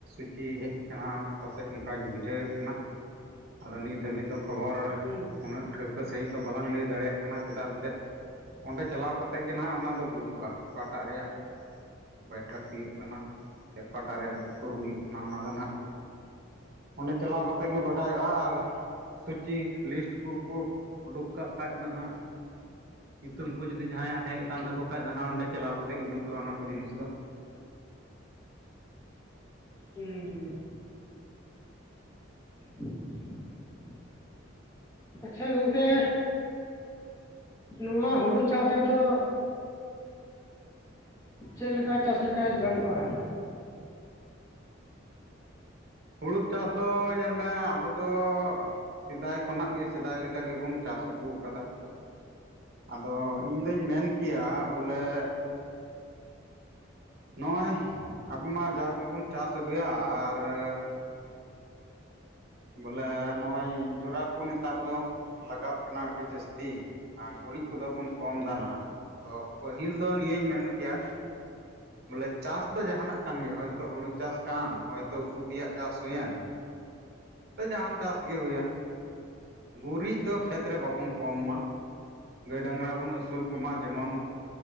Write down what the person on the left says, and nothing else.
ᱦᱩᱸ
ᱦᱩᱸ <inaudible> ᱟᱪᱪᱷᱟ ᱜᱚᱝᱠᱮ ᱱᱚᱣᱟ ᱦᱩᱲᱩ ᱪᱟᱥ ᱨᱮᱫᱚ ᱪᱮᱫ ᱞᱮᱠᱟᱭ ᱪᱟᱥ ᱞᱮᱠᱷᱟᱱ ᱜᱟᱱ ᱠᱚᱜᱼᱟ?